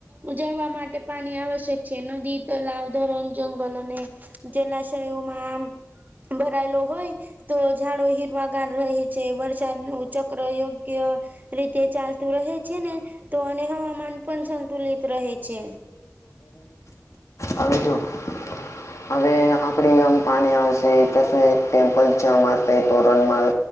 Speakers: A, on the right; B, on the left.
A: ઉજવવા માટે પાણી આવશ્યક છે નદી તલાવ ધરણ જંગલ અને જલાશયોમાં ભરાયેલો હોય તો ઝાડો હીરમાંગ રહે છે વરસાદ નું ચક્ર યોગ્ય રીતે ચાલતું રહે છે ને તો અને હવામાન પણ સંતુલિત રહે છે
B: આવેજો <inaudible> હવે આપડી આમ પાણી આવશે શું ટેમ્પલ છે અમા તોરણ માલ